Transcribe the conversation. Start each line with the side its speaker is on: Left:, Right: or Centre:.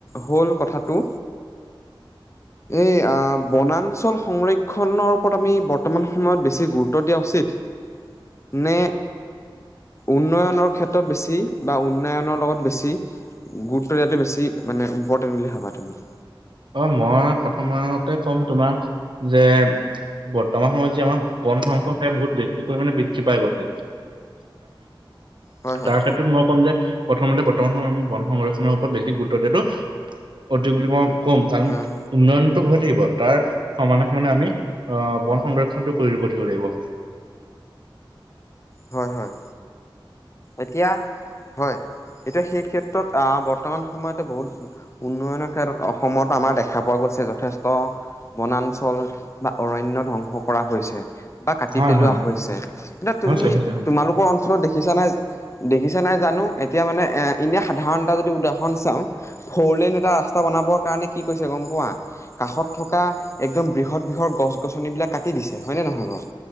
Left: হ'ল কথাটো এই আ বনাঞ্চল সংৰক্ষণৰ আমি বৰ্তমান সময়ত বেছি গুৰুত্ব দিয়া উচিত নে উন্নয়নৰ ক্ষেত্ৰত বেছি বা উন্নয়নৰ লগত বেছি গুৰুত্ব দিয়াটো বেছি মানে ইম্পৰ্ট বুলি ভাবা তুমি
Right: অ মই প্ৰথমতে ক'ম তোমাক যে বৰ্তমান সময়ত যে আমাৰ বন ধ্বংস কাৰী বহুত বেছি পৰিমণে বৃদ্ধি পাই গৈছে।
Left: হয় হয়
Right: তাৰ ক্ষেত্ৰত মই ক'ম যে প্ৰথমতে বৰ্তমান সম <unintelligible> বন সংৰক্ষনৰৰ ওপৰত বেছি গুৰুত্ব দিয়াটো অধিক বুলি মই কম কাৰণ
Left: হয়
Right: উন্নয়নতটো হৈয় থাকিব। তাৰ সমানে সমানে আমি আহ বন সংৰক্ষণটো কৰি থাকিব লাগিব।
Left: হয় হয়। এতিয়া হয়। এতিয়া সেই ক্ষেত্ৰত আহ বৰ্তমান সময়ত বহুত উন্নয়নৰ ক্ষেত্ৰত অসমত আমাৰ দেখা পোৱা গ'ল। যথেষ্ট বনাঞ্চল বা অৰণ্য ধ্বংস কৰা হৈছে। বা কাটি
Right: হয়
Left: পেলোৱা
Right: হয়
Left: হৈছে, এতিয়া তুমি
Right: হৈছে হৈছে হয়
Left: তোমালোকৰ অঞ্চলত দেখিছা নাই- দেখিছা নাই জানো এতিয়া মানে এ এনে সাধাৰণ এটা যদি উদাহৰণ চাওঁ ফৰলেন এটা- ৰাস্তা বনাবৰ কাৰণে কি কৰিছে গম পোৱা? কাষত থকা একদম বৃহৎ বৃহৎ গছ গছনিবিলাক কাটি দিছে হয়নে নহয় বাৰু?